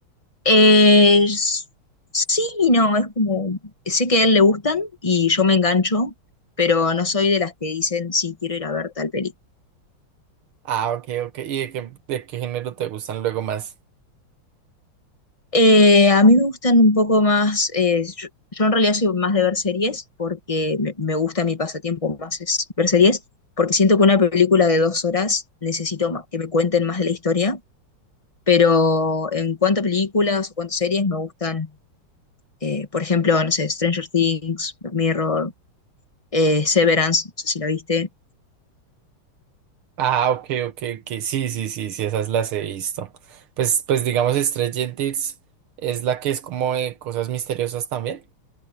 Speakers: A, on the left; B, on the right.
A: Eh, s- sí y no, es como, sé que a él le gustan y yo me engancho, pero no soy de las que dicen, sí, quiero ir a ver tal película.
B: Ah, ok, ok. ¿Y de qué, de qué género te gustan luego más?
A: Eh, a mí me gustan un poco más, eh, yo, yo en realidad soy más de ver series porque me, me gusta mi pasatiempo más es ver series, porque siento que una película de dos horas necesito ma- que me cuenten más de la historia, pero en cuanto a películas o cuanto a series me gustan, eh, por ejemplo, no sé, Stranger Things, Black Mirror, eh, Severance, no sé si la viste.
B: Ah, ok, ok, ok. Sí, sí, sí, sí, esas las he visto. Pues, pues digamos, Stranger Things es la que es como de cosas misteriosas también.